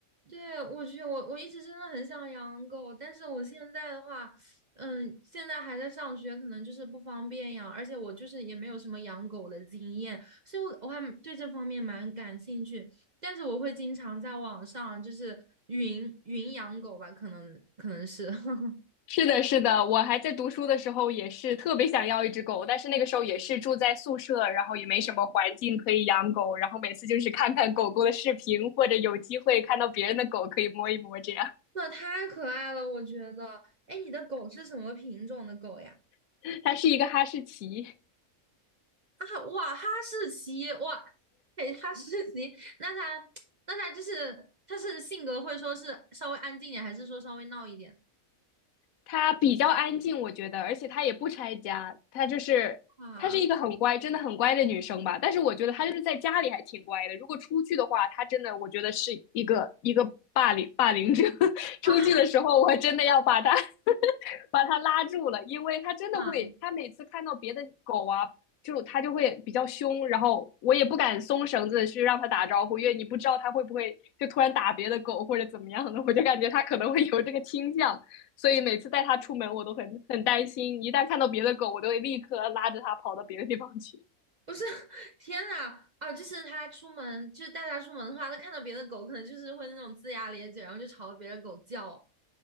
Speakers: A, on the right; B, on the left.
A: 对，我去，我我一直真的很想养狗，但是我现在的话，嗯，现在还在上学，可能就是不方便养，而且我就是也没有什么养狗的经验，所以我我还蛮对这方面蛮感兴趣，但是我会经常在网上就是云云养狗吧，可能可能是。<laughs>
B: <laughs> 是的，是的，我还在读书的时候也是特别想要一只狗，但是那个时候也是住在宿舍，然后也没什么环境可以养狗，然后每次就是看看狗狗的视频，或者有机会看到别人的狗可以摸一摸，这样。
A: 那太可爱了，我觉得。哎，你的狗是什么品种的狗呀？
B: <laughs> 它是一个哈士奇，
A: 啊，哇，哈士奇，哇，哎，哈士奇，那它，那它就是，它是性格会说是稍微安静一点，还是说稍微闹一点？
B: 它比较安静，我觉得，而且它也不拆家，它就是她是一个很乖，
A: 啊
B: 真的很乖的女生吧。但是我觉得她就是在家里还挺乖的，如果出去的话，她真的我觉得是一个一个霸凌霸凌者。<laughs>
A: 啊，
B: 出去的时候，我真的要把她 <laughs> 把她拉住了，因为她真的会，
A: 啊，
B: 她每次看到别的狗啊。就它就会比较凶，然后我也不敢松绳子去让它打招呼，因为你不知道它会不会就突然打别的狗或者怎么样的，我就感觉它可能会有这个倾向。所以每次带它出门，我都很很担心，一旦看到别的狗，我都会立刻拉着它跑到别的地方去。<laughs>
A: 不是，<laughs> 天呐，啊，就是它出门，就是带它出门的话，它看到别的狗，可能就是会那种龇牙咧嘴，然后就朝别的狗叫。